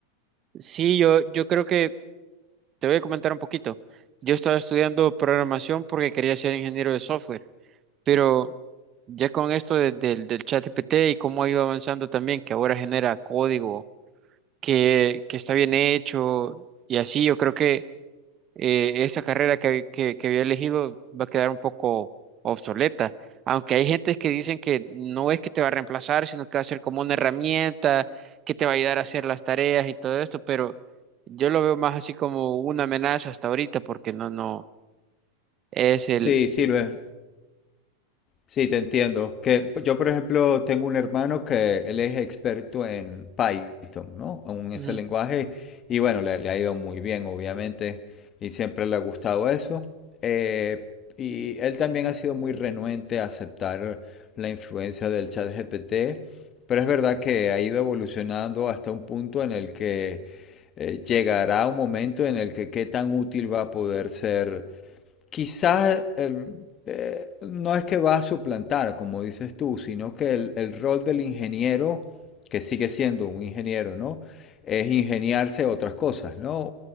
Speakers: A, on the right (about 35°); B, on the left (about 35°).
A: sí, yo, yo creo que te voy a comentar un poquito. Yo estaba estudiando programación porque quería ser ingeniero de software, pero ya con esto de- del del ChatGPT y cómo ha ido avanzando también, que ahora genera código que, que está bien hecho y así. Yo creo que eh, esa carrera que, que, que había elegido va a quedar un poco obsoleta. Aunque hay gente que dicen que no es que te va a reemplazar, sino que va a ser como una herramienta que te va a ayudar a hacer las tareas y todo esto, pero yo lo veo más así como una amenaza hasta ahorita, porque no, no, es
B: Sí,
A: el...
B: sí, lo es. Sí, te entiendo. Que yo, por ejemplo, tengo un hermano que él es experto en Python, ¿no? En ese
A: Ujú,
B: lenguaje. Y bueno, le, le ha ido muy bien, obviamente. Y siempre le ha gustado eso. Eh, y él también ha sido muy renuente a aceptar la influencia del chat GPT. Pero es verdad que ha ido evolucionando hasta un punto en el que eh, llegará un momento en el que qué tan útil va a poder ser quizás el- eh, no es que va a suplantar, como dices tú, sino que el, el rol del ingeniero, que sigue siendo un ingeniero, ¿no? Es ingeniarse otras cosas, ¿no? O,